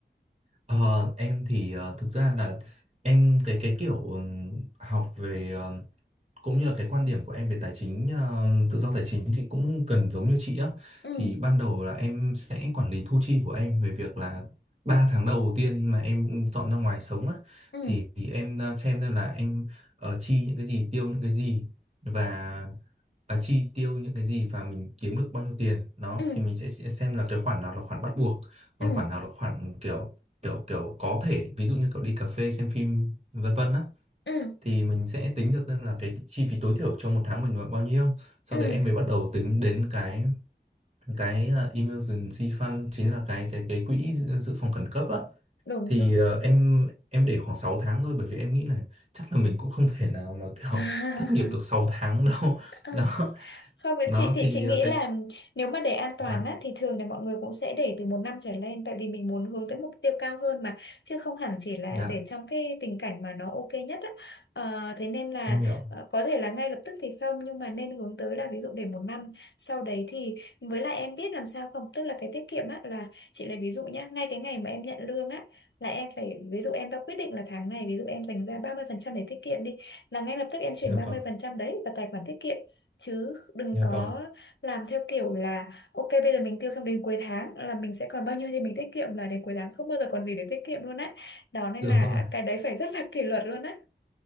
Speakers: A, on the right; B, on the left.
A: ờ em thì ờ, thực ra là em cái cái kiểu ừm, học về ờ, cũng như là cái quan điểm của em về tài chính ờ, tự do tài chính thì cũng cần giống như chị á
B: Ừ,
A: thì ban đầu là em sẽ quản lý thu chi của em về việc là 3 tháng đầu tiên mà em dọn ra ngoài sống á
B: ừ,
A: thì, thì em ờ, xem xem là em ờ, chi những cái gì tiêu những cái gì và à, chi tiêu những cái gì và mình kiếm được bao nhiêu tiền đó
B: ừ,
A: thì mình sẽ sẽ xem là cái khoản nào là khoản bắt buộc còn
B: ừ,
A: khoản nào là khoản kiểu kiểu kiểu có thể ví dụ như kiểu đi cà phê xem phim vân vân á
B: ừ,
A: thì mình sẽ tính được xem là cái chi phí tối thiểu cho một tháng mình là bao nhiêu sau
B: ừ,
A: đấy em mới bắt đầu tính đến cái cái à, emergency fund chính là cái cái cái quỹ dự dự phòng khẩn cấp á
B: đúng
A: thì
B: rồi.
A: ờ, em em để khoảng 6 tháng thôi bởi vì em nghĩ là chắc là mình cũng không thể nào mà kiểu
B: <laughs>
A: <laughs> thất nghiệp được 6 tháng đâu <laughs>
B: Ừ.
A: đó
B: Không, cái
A: đó
B: chị thì
A: thì
B: chị nghĩ
A: ờ, cái
B: là nếu mà để an toàn
A: dạ
B: á, thì thường là mọi người cũng sẽ để từ một năm trở lên tại vì mình muốn hướng tới mục tiêu cao hơn mà chứ không hẳn chỉ là
A: dạ
B: để trong cái tình cảnh mà nó ok nhất á. Ờ, thế nên là
A: em hiểu
B: ờ, có thể là ngay lập tức thì không nhưng mà nên hướng tới là ví dụ để một năm sau đấy thì với lại em biết làm sao không tức là cái tiết kiệm á là chị lấy ví dụ nhá ngay cái ngày mà em nhận lương á là em phải ví dụ em đã quyết định là tháng này ví dụ em dành ra 30% để tiết kiệm đi là ngay lập tức em chuyển
A: dạ
B: ba
A: vâng
B: mươi phần trăm đấy vào tài khoản tiết kiệm chứ đừng
A: dạ
B: có
A: vâng
B: làm theo kiểu là ok bây giờ mình tiêu xong đến cuối tháng là mình sẽ còn bao nhiêu thì mình tiết kiệm là đến cuối tháng không bao giờ còn gì để tiết kiệm luôn á đó nên
A: đúng
B: là
A: rồi
B: cái đấy phải rất là <laughs> kỷ luật luôn á